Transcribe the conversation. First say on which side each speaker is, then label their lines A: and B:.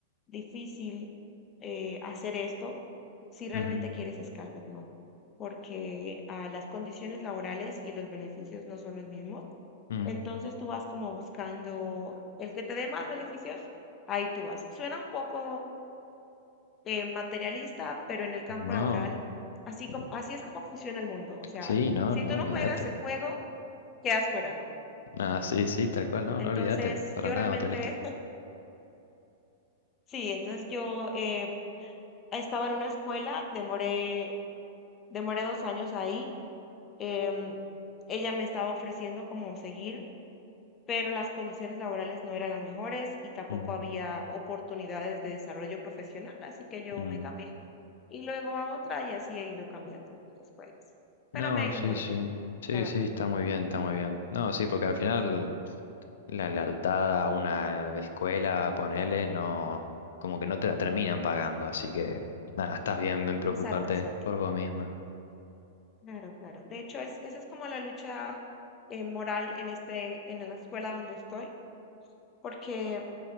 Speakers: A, on the left; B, on the left.
A: difícil eh, hacer esto si realmente
B: ujú,
A: quieres escalar, ¿no? Porque ah, las condiciones laborales y los beneficios no son los mismos.
B: mm.
A: Entonces tú vas como buscando el que te dé más beneficios, ahí tú vas. Suena un poco eh, materialista, pero en el campo
B: No,
A: laboral, así,
B: mm,
A: co- así es como funciona el mundo. O sea,
B: sí, no,
A: si
B: no,
A: tú
B: olvídate.
A: no juegas el juego, quedas fuera, ¿no?
B: Nada, sí, sí, tal cual, no,
A: Entonces
B: no olvídate. Para
A: yo
B: nada,
A: realmente,
B: materialista.
A: <laughs> sí, entonces yo eh, estaba en una escuela, demoré, demoré dos años ahí. em, ella me estaba ofreciendo como seguir. pero las condiciones laborales no eran las mejores y tampoco
B: Mm,
A: había oportunidades de desarrollo profesional, así que yo
B: mm.
A: me cambié y luego a otra y así he ido cambiando de escuelas.
B: No,
A: Pero me ha ido
B: sí,
A: muy
B: sí.
A: bien,
B: Sí,
A: la verdad.
B: sí, está muy bien, está muy bien. No, sí, porque al final la lealtad a una escuela, ponele, no, como que no te la terminan pagando, así que nada, estás bien en preocuparte
A: Exacto, exacto.
B: por vos misma.
A: Claro, claro. De hecho, es, esa es como la lucha eh, moral en este, en la escuela donde estoy, porque